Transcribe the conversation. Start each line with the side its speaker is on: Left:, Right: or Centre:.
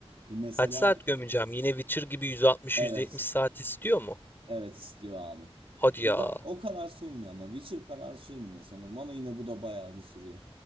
Right: E, Mesela
Left: Kaç saat gömeceğim? Yine Witcher gibi 160-170
Right: evet,
Left: saat istiyor mu?
Right: evet istiyor abi.
Left: Hadi
Right: Yüzde
Left: ya.
Right: o kadar sürmüyor ama Witcher kadar sürmüyor sanırım ama yine bu da bayağı bir sürüyor.